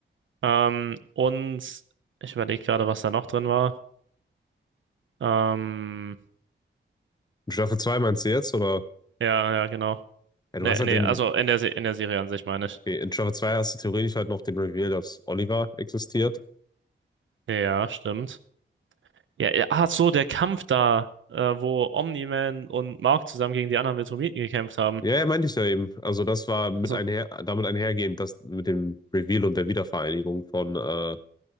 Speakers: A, on the right (about 75°); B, on the left (about 20°).
A: Ähm, und ich überlege gerade, was da noch drin war. Ähm,
B: In Staffel 2 meinst du jetzt? Oder?
A: ja, ja, genau.
B: Ja,
A: Nee,
B: du hast halt
A: nee,
B: den.
A: also in der, Se- in der Serie an sich meine ich.
B: okay, In Staffel 2 hast du theoretisch halt noch den Reveal, dass Oliver existiert.
A: Ja, stimmt. Ja, ja, ach so, der Kampf da, äh, wo Omni-Man und Mark zusammen gegen die anderen Viltrumiten gekämpft haben.
B: Ja, ja, meinte ich ja eben. Also das war mit
A: Also,
B: einher, damit einhergehend, dass mit dem Reveal und der Wiedervereinigung von äh,